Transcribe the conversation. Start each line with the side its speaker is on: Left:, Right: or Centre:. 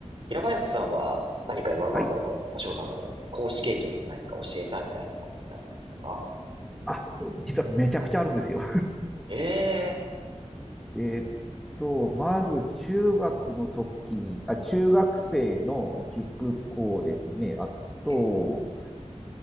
Right: 平林さんは何か今までのお仕事の中で講師経験何か教えたみたいなことってありましたか
Centre: はい。あ、実はめちゃくちゃあるんですよ。
Right: え
Centre: <laughs> えーっと、まず中学の時、あ、中学生の塾講ですね。あと、
Right: ー、え、